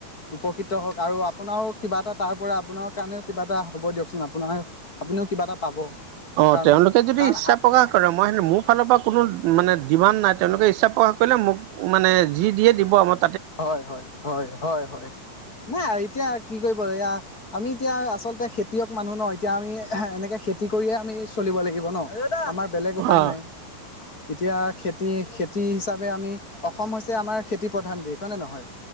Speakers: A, on the left; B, on the right.
A: উপকৃত হওক আৰু আপোনাৰও কিবা এটা তাৰ পৰা আপোনাৰ কাৰণেও কিবা এটা হ'ব দিয়কচোন আপোনাৰ। আপুনিও কিবা এটা পাব।
B: অ
A: কাৰণ
B: তেওঁলোকে যদি
A: কাৰণ
B: ইচ্ছা প্ৰকাশ কৰে মই মোৰ ফালৰ পৰা কোনো মানে ডিমাণ্ড নাই তেওঁলোকে ইচ্ছা প্ৰকাশ কৰিলে মোক মানে যি দিয়ে দিব আৰু।
A: হয় হয় হয় হয় হয় নাই এতিয়া কি কৰিব ল আমি এতিয়া আচলতে খেতিয়ক মানুহ ন এতিয়া আমি এনেকে খেতি কৰিয়ে আমি চলিব লাগিব ন আমাৰ বেলেগ উপায়
B: অ
A: নাই। এতিয়া খেতি খেতি হিচাপে আমি অসম হৈছে আমাৰ খেতি প্ৰধান দেশ। হয়নে নহয়